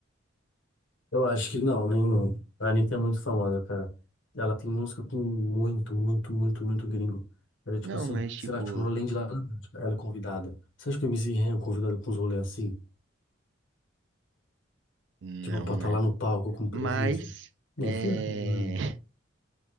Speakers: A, on the left (about 75°); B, on the right (about 65°).
A: Eu acho que não, nenhum. A Anitta é muito famosa, cara. Ela tem música com muito, muito, muito, muito gringo. Era tipo
B: Não,
A: assim,
B: mas tipo,
A: sei lá, Tomorrowland lá, na Bélgica, ela é convidada. Você acha que o MC Ren é convidado pra uns rolês assim?
B: não,
A: Tipo, pra estar
B: né?
A: lá no palco com presença?
B: Mas
A: Nem
B: é...
A: ferrando, né?
B: <laughs>